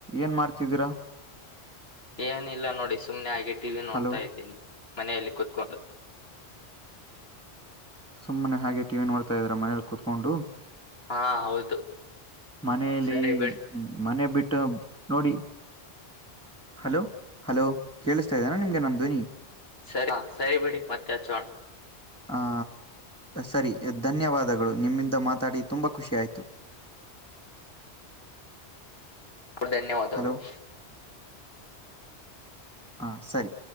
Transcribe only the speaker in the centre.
ಏನ್ ಮಾಡ್ತಿದ್ದೀರಾ
ಹಲೋ
ಸುಮ್ಮನೆ ಹಾಗೆ ಟಿವಿ ನೋಡ್ತಾ ಇದ್ರ ಮನೇಲಿ ಕುೂತ್ಕೊಂಡು
ಮನಲಿ
ಮನೆ ಬಿಟ್ಟ ನೋಡಿ ಹಲೋ ಹಲೋ ಕೇಳಿಸ್ತಾ ಇದ್ದೇನಾ ನಿಮ್ಗೆ ನನ್ನ ಧ್ವನಿ
ಆ ಸರಿ ಧನ್ಯವಾದಗಳು ನಿಮ್ಮಿಂದ ಮಾತಾಡಿ ತುಂಬಾ ಖುಷಿ ಆಯ್ತು <unintelligible>
ಹಲೋ ಹಾ ಸರಿ